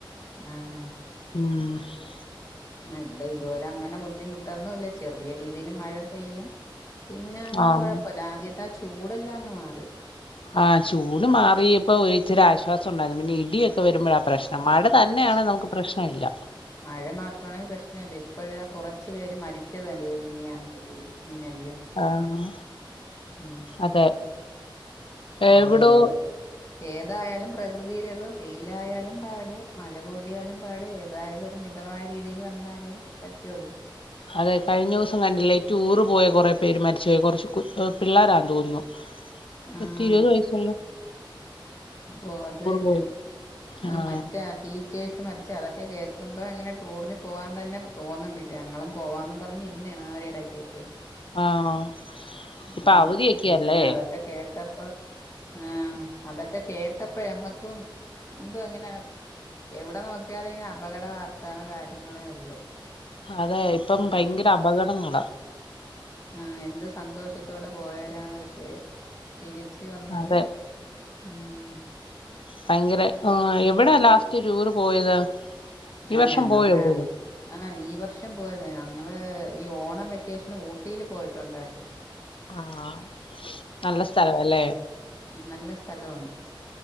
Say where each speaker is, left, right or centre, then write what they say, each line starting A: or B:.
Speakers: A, on the left; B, on the left.
A: ആഹ്
B: ഉം
A: ആഹ് ഇവിടെ ഇതുവരെ അങ്ങനെ ബുദ്ധിമുട്ടൊന്നുംല്ല ചെറിയ രീതിൽ മഴ പെയ്യും പിന്നെ അങ്ങ്
B: ആഹ്
A: കൊഴപ്പില്ല ആദ്യത്തെ ആ ചൂടെല്ലാം അങ്ങ് മാറി.
B: ആഹ് ചൂട് മാറിയപ്പോ ഒരിച്ചരി ആശ്വാസം ഉണ്ടായിരുന്നു പിന്നെ ഇടിയൊക്കെ വരുമ്പോഴ ആ പ്രശ്നം മഴ തന്നെയാണെ
A: പക്ഷെ
B: നമുക്ക് പ്രശ്നമില്ല
A: മഴ മാത്രമാണെങ്കിൽ പ്രശ്നല്ല ഇപ്പോഴും കുറച്ചു പേര് മരിച്ചത് കണ്ടില്ലെമിനിയാന്ന് ഇടി. മിന്നല്ല്
B: ആഹ്
A: ഉ
B: അതെ എവിടോ
A: ഓ ഏത് ഏതായാലും പ്രകൃതിയിലേത് വെയിലായാലും പാട് മഴ കൂടിയാലും പാട് ഏതായാലും മിതമായ രീതിയിൽ വന്നാലേ പറ്റുള്ളൂ
B: അതെ കഴിഞ്ഞ ദി വസം കണ്ടില്ലേ റ്റൂ റ് പോയ കുറേ പേര് മരിച്ചു പോയി കുറച്ച് കു പിള്ളേരാ തോന്നുന്നു.
A: <inaudible>
B: പത്തിരവത്
A: ആഹ്
B: വയസുള്ള
A: ഓ അത് തന്നെ
B: പോയത്
A: ആ
B: ആഹ്
A: മറ്റേ ടി ടിച്ചേഴ്സ് മരച്ച് അതൊക്കെ കേൾക്കുമ്പോൾ ഇങ്ങെ ടൂറിന് പോകാൻ തന്നെ തോന്നുന്നില്ല ഞങ്ങളും പോവാന്ന് പറഞ്ഞ ഇരുന്നതാണ് ആ ഒരു ഇടക്കൊക്കെ
B: ആഹ്
A: ആ
B: ഇപ്പൊ
A: ഹ്പിന്നെ
B: അവധിയൊക്കെയല്ലേ
A: അതൊക്കെ കേട്ടപ്പോ ആ അതൊക്കെ കേട്ടപ്പളേ നമ്മക്കും എന്തോ ഇങ്ങനെ എവിടെ നോക്കിയാലും ഇവടെ അപകട വാർത്തകളും കാര്യങ്ങളേ ഉള്ളു
B: അതെ ഇപ്പം
A: അപ്പ
B: ഭയങ്കര അപകടങ്ങളാ.
A: ആഹ് എന്ത് സന്തോഷത്തോടെ പോയവരാണ് പക്ഷെ തിരിച്ച് വന്നത്.
B: അതെ
A: ഉം.
B: ഭയങ്കര ആ എവിടാ ലാസ്റ്റ് ടൂറ് പോയത്. ഈ
A: ആഹ്
B: വർഷം
A: ഞങ്ങള്
B: പോയോ
A: രാ
B: എവിടേലും
A: ആഹ് ഈ വർഷം പോയിരുന്നു ഞങ്ങള് ഈ ഓണം വെക്കേഷന് ഊട്ടിയില് പോയിട്ടുണ്ടായിരുന്നു.
B: ആഹ് നല്ല സ്ഥലവല്ലേ.
A: ഉം നല്ല സ്ഥലവാണ്